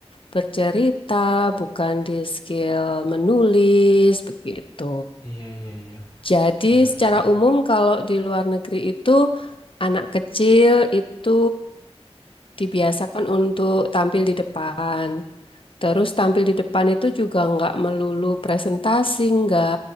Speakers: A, on the left (about 55°); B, on the left (about 35°).
A: bercerita, bukan di skill menulis, begitu.
B: Iya, iya, iya.
A: Jadi
B: Bener
A: secara
B: sih.
A: umum kalau di luar negeri itu anak kecil itu dibiasakan untuk tampil di depan. Terus tampil di depan itu juga nggak melulu presentasi, nggak.